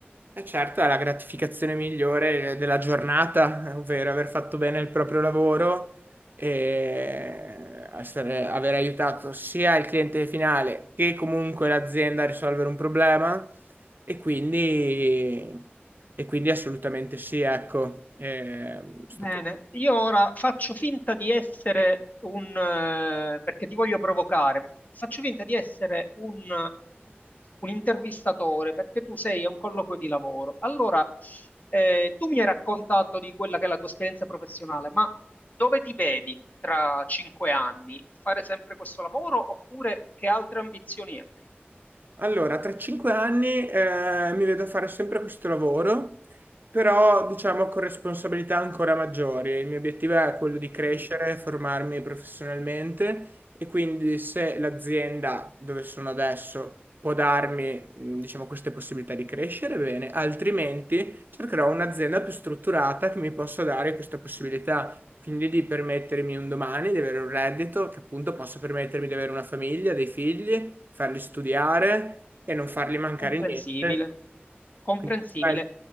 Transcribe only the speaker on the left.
Bene, io ora faccio finta di essere un, eh, perché ti voglio provocare, faccio finta di essere un, un intervistatore perché tu sei a un colloquio di lavoro. Allora, eh, tu mi hai raccontato di quella che è la tua esperienza professionale, ma dove ti vedi tra cinque anni? Fare sempre questo lavoro oppure che altre ambizioni hai?
<laughs>
Mm,
Comprensibile,
comprensibile.